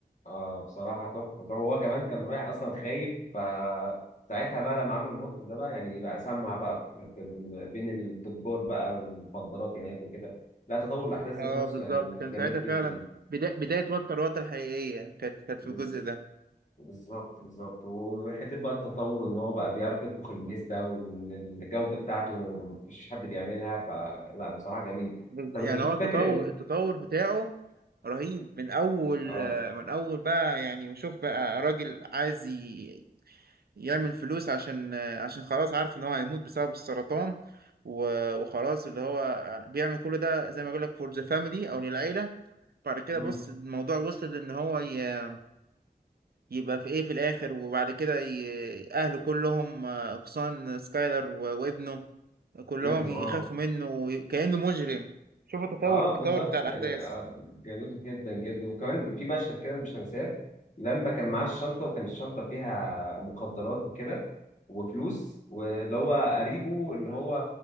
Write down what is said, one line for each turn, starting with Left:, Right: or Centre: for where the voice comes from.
Left: اه بصراحة تحفة تحفة. هو كمان كان رايح أصلا خايف فساعتها بقى لما عمل الموقف ده بقى يعني بقى سمع بقى في في ال- بين التجار بقى المخدرات هناك وكده لا تطور الأحداث ذات
Right: اه
Left: نفسه
Right: بالظبط
Left: يعني
Right: كان ساعتها
Left: جميل
Right: فعلا
Left: جدا
Right: بدا بداية وتر وتر الحقيقية كانت كانت في
Left: بز-
Right: الجزء ده
Left: بالظبط بالظبط وحتة بقى التطور إن هو بقى بيعرف يطبخ الميز ده وإن الجودة بتاعته مفيش حد بيعملها فلا بصراحة جميل
Right: بز-
Left: طب
Right: يعني
Left: أنت شفت
Right: هو التطور
Left: فاكر إم-
Right: التطور بتاعه رهيب من اول
Left: اه
Right: آه، من اول بقى يعني شوف بقى راجل عايز ي- يعمل فلوس عشان عشان خلاص عارف ان هو هيموت بسبب السرطان و- وخلاص اللي هو بيعمل كل ده زي ما بقول لك فور ذا فاميلي او للعيله بعد كده
Left: مم.
Right: بص الموضوع وصل ان هو ي- يبقى في ايه في الاخر وبعد كده ي- اهله كلهم آه، اقصان سكايلر و- وابنه كلهم
Left: ابنه
Right: يخافوا
Left: اه
Right: منه وي- كانه مجرم شوف التطور
Left: اه
Right: التطور
Left: بالظبط
Right: بتاع الاحداث
Left: يعني آه جميل جدا جدا وكمان في مشهد كده مش هنساه لما كان معاه الشنطه وكان الشنطه فيها مخدرات وكده وفلوس واللي هو قريبه اللي هو